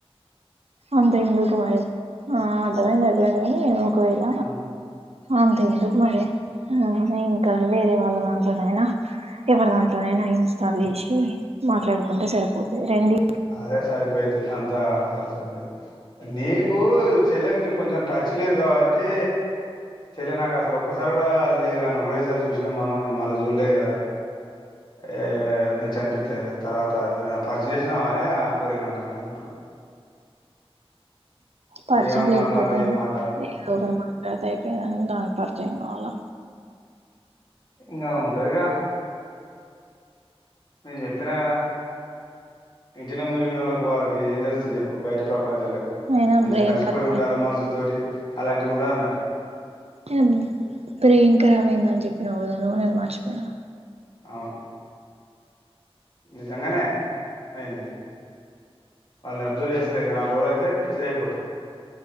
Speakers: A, on the right (about 80°); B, on the left (about 45°).
A: అంత ఇందు కుమారే ఆ అర్థమైంది అర్థమైంనీ ఒకవేళ,
B: ఆ
A: అంత ఇందుకు మరి హా ఇంకా వేరే వాళ్ళ దాంట్లోనైనా ఎవరి దాంట్లోనైనా ఇన్స్టాల్ లేసి మాట్లాడుకుంటే సరిపోతది రెండి.
B: అదే సరిపెయిద్ది అంత అవసరం లే, నీకు చెల్లెకు నీకు కొంచెం టచ్ లేదు కాబట్టి, చెల్లె నాకు అసలు ఒక్కసారి కూడా అది లేదు అని ఒకటేసారి చూస్నం మనం ఇ మళ్ళ జూల్లే కదా, ఏ మేము చనిపిసత్తె నా తర్వాత పజ్ స్నవ్ అనేగా ఆ పోర్ నన్ను అంటన్నరు.
A: పరిచయం
B: ఏమని
A: లేకపోతే
B: మాట్లాడాలి? ఏం
A: ఏ,
B: మాట్లాడాలి?
A: ఏదో
B: అంటే
A: ఒకరు మాట్లా తే పేద దానికి పర్చయం కావాలా
B: ఇంగా ఉంటదిగా నేన్ చెప్పినా కదా, ఇంటినం మురిగినొళ్ళకు వాళ్ళకు ఏం తెలుస్సది చెప్పు బయట ప్ర పంచం లెక్క
A: అయినా
B: మంచి
A: బ్రెయిన్
B: కలిసిపోయ్
A: ఖరాబ్
B: ఉండాలె మనషుల్ తోటి అలాంటివి ఉండదు అన్నటు
A: అవును బ్రెయిన్ ఖరాబ్ అయింద అని చెప్పి నవు కదా నువ్వు నేను మర్చిపోనా
B: అవును నిజంగానే అయ్యింది అల్ అబ్జర్వ్ చేస్తలేగాద ఆల్ రోల్ అయితే పిచ్చిది అయిపోతుది